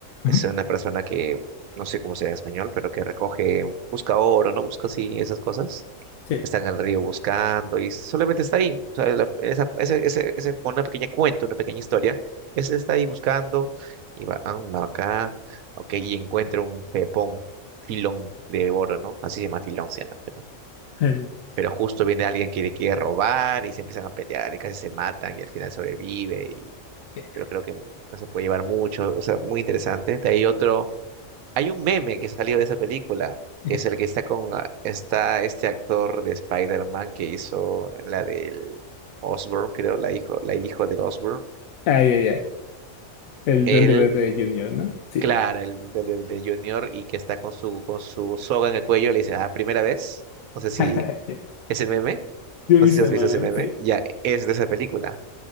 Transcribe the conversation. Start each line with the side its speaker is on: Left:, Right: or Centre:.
Left: ujú.
Right: Es una persona que, no sé cómo será en español, pero que recoge, busca oro, ¿no? Busca así esas cosas.
Left: Sí.
Right: Está en el río buscando y solamente está ahí. O sea, la- esa, ese, ese, ese- una pequeña cuento, una pequeña historia. Ese está ahí buscando y va, ah, va acá, ok, y encuentra un pepón filón de oro, ¿no? Así se llama filón, se llama, pero,
Left: El...
Right: pero justo viene alguien que le quiere robar y se empiezan a pelear y casi se matan y al final sobrevive, y,
Left: <laughs> eh,
Right: pero creo que no se puede llevar mucho, o sea, muy interesante. De ahí otro, hay un meme que salió de esa película,
Left: eh,
Right: que es el que está con, ah, está este actor de Spider-Man que hizo la del Osborn, creo, la hijo, la el hijo del Osborn.
Left: Ah, ya, ya. El
Right: Él,
Left: Duende Verde Junior, ¿no? Sí.
Right: claro, el de, de- de Junior y que está con su, con su soga en el cuello, le dice, ah, primera vez, no sé si
Left: <laughs>
Right: ese meme.
Left: Sí,
Right: No
Left: viste
Right: sé si has
Left: el
Right: visto
Left: mame,
Right: ese meme.
Left: sí.
Right: Ya, es de esa película.